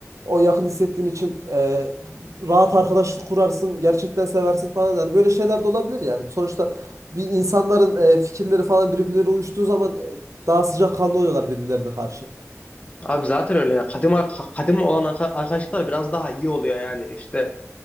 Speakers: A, on the right (about 85°); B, on the left (about 25°).
A: O yakın hissettiğin için e, rahat arkadaşlık kurarsın, gerçekten seversin falan. Yani böyle şeyler de olabilir yani. Sonuçta bir insanların e, fikirleri falan birbirleri uyuştuğu zaman e, daha sıcakkanlı oluyorlar birbirlerine karşı.
B: Abi zaten öyle yani. Kadim, ar- kadim olan arka- arkadaşlıklar biraz daha iyi oluyor yani. İşte